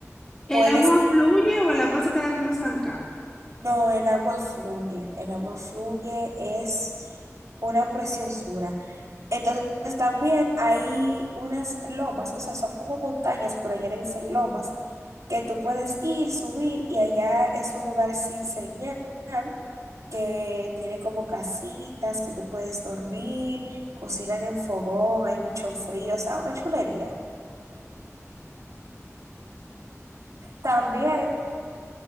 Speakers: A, on the left; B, on the right.
A: ¿El
B: Puedes,
A: agua fluye o el agua se queda como estancada?
B: no, el agua fluye, el agua fluye, es una preciosura. Entonces también hay unas lomas, o sea, son como montañas, pero allá le dicen lomas, que tú puedes ir, subir y allá es un lugar sin señal, que tiene como casitas, que tú puedes dormir, cocinan en fogón, hay mucho frío, o sea, una chulería. También